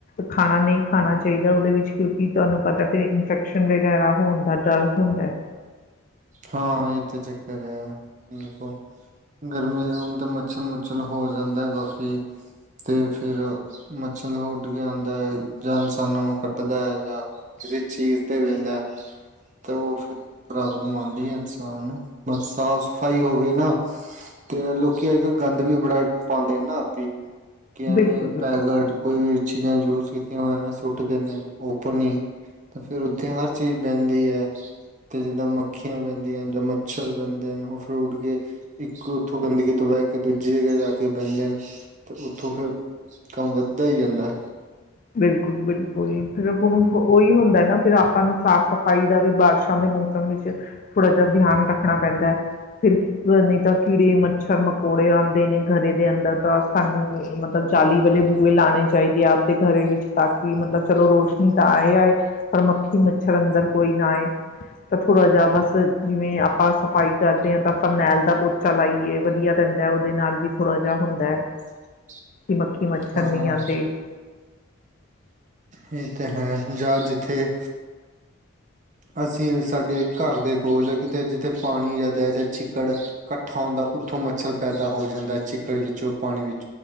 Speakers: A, on the left; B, on the right.
A: ਖਾਣਾ ਨਹੀਂ ਖਾਣਾ ਚਾਹੀਦਾ ਉਹਦੇ ਵਿੱਚ ਕਿਉਂਕਿ ਤੁਹਾਨੂੰ ਪਤਾ ਫਿਰ ਇਨਫੈਕਸ਼ਨ ਵਗੈਰਾ ਹੋਣ ਦਾ ਡਰ ਹੁੰਦਾ।
B: ਹਾਂ ਇਹ ਤਾਂ ਚੱਕਰ ਹੈ ਕੋ ਗਰਮੀ ਦੇ ਹਣ ਤਾਂ ਮੱਛਲ ਮੁੱਛਲ ਹੋ ਜਾਂਦਾ ਕਾਫੀ। ਤੇ ਫਿਰ ਮੱਛਰ ਦੇ ਉੱਡ ਕੇ ਆਉਂਦਾ ਹੈ ਜਾਂ ਇਨਸਾਨਾਂ ਨੂੰ ਕੱਟਦਾ ਹੈ ਜਾਂ। ਕਿਸੇ ਚੀਜ਼ ਤੇ ਬੈਂਦਾ ਤੇ ਉਹ ਫਿਰ ਬਰਾਬਰਮ ਆਦਾ ਇਸਾਨ ਨੂੰ ਬਸ ਸਾਫ਼ ਸਫ਼ਾਈ ਹੋਵੇ ਨਾ ਤੇ ਲੋਕ ਅੱਜ ਕਲ ਗੰਦ ਵੀ ਬੜਾ ਪਾਉਂਦੇ ਨੇ ਨਾ ਆਪੇ ਕਿ ਐਵੇਂ
A: ਬਿਲਕੁਲ ਬਿਲਕੁਲ
B: ਪੈਗਟ। ਕੋਈ ਵੀ ਚੀਜ਼ਾਂ ਯੂਜ ਕੀਤੀਆਂ ਹੋਵੇ ਸੁੱਟ ਦਿੰਦੇ ਨੇ ਓਪਨ ਹੀ। ਫਿਰ ਉੱਥੇ ਹਰ ਚੀਜ਼ ਬਹਿੰਦੀ ਹੈ ਤੇ ਜਿੱਦਾਂ ਪੱਖੀਆਂ ਬਣਦੀਆਂ ਜਾਂ ਮੱਛਰ ਬਣਦੇ ਹਨ ਉਹ ਫਰੂਟ ਵੀ ਇੱਕ ਉੱਥੋਂ ਗੰਦਗੀ ਤੋਂ ਬਹਿ ਕੇ ਦੂਜੀ ਜਗ੍ਹਾ ਜਾ ਕੇ ਬਹਿੰਦੇ ਨੇ ਤੇ ਉੱਥੋਂ ਫਿਰ ਕੰਮ ਵੱਧਦਾ ਹੀ ਜਾਂਦਾ।
A: ਬਿਲਕੁਲ ਬਿਲਕੁਲ ਫਿਰ ਹੁਣ ਉਹੀ ਹੁੰਦਾ ਨਾ ਫਿਰ ਆਪਾਂ ਨੂੰ ਸਾਫ਼ ਸਫਾਈ ਦਾ ਵੀ ਬਾਰਸ਼ ਦੇ ਮੌਸਮ ਵਿੱਚ ਥੋੜਾ ਜਿਹਾ ਧਿਆਨ ਰੱਖਣਾ ਪੈਂਦਾ ਹੈ ਫਿਰ ਕੀ ਨਹੀਂ ਤਾਂ ਕੀੜੇ ਮੱਛਰ ਮਕੌੜੇ ਆਉਂਦੇ ਨੇ ਘਰੇ ਦੇ ਅੰਦਰ ਤਾਂ ਸਾਨੂੰ ਮਤਲਬ ਜਾਲੀ ਵਾਲੇ ਬੂਏ ਲਾਉਣੇ ਚਾਹੀਦੇ ਆ ਆਪਦੇ ਘਰੇ ਵਿੱਚ ਤਾਂ ਕਿ ਮਤਲਬ ਚਲੋ ਰੋਸ਼ਨੀ ਤਾਂ ਆਏਏ। ਪਰ ਮੱਖੀ ਮੱਛਰ ਅੰਦਰ ਕੋਈ ਨਾਏ। ਤਾਂ ਥੋੜਾ ਜਹਾ ਬਸ ਜਿਵੇਂ ਆਪਾਂ ਸਫ਼ਾਈ ਕਰਦੇ ਹਾਂ ਤਾਂ ਫਰਨੈਲ ਦਾ ਪੋਚ ਚਲਾਈਏ ਵਧੀਆ ਪੈਂਦਾ ਉਹਦੇ ਨਾਲ ਵੀ ਥੋੜ੍ਹਾ ਜਿਹਾ ਹੁੰਦਾ।
B: <inaudible>
A: ਕਿ ਮੱਖੀ ਮੱਛਰ
B: ਹਾਂ
A: ਨੀ ਆਉਂਦੇ।
B: ਇਹ ਤੇ ਹੈ ਜਾਂ ਜਿੱਥੇ ਅਸੀਂ ਸਾਡੇ ਘਰ ਦੇ ਕੋਲ ਜਾਂ ਕਿਤੇ ਜਿੱਥੇ ਪਾਣੀ ਜ਼ਿਆਦਾ ਜਾਂ ਚ ਚਿੱਕੜ ਇਕੱਠਾ ਹੁੰਦਾ ਉੱਥੋਂ ਮੱਛਰ ਪੈਦਾ ਹੋ ਜਾਂਦਾ ਚਿੱਕੜ ਵਿੱਚੋਂ ਪਾਣੀ ਵਿੱਚ